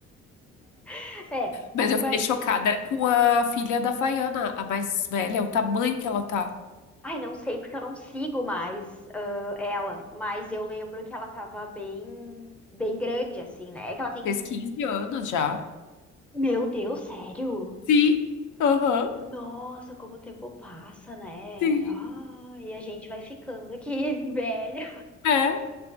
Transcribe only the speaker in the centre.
<laughs>
É, mas.
Ai, não sei porque eu não sigo mais ah, ela, mas eu lembro que ela tava bem, bem grande, assim, né? É que ela tem.
Meu Deus, sério?
Nossa, como o tempo passa, né?
Ah, e a gente vai ficando aqui <laughs> velho.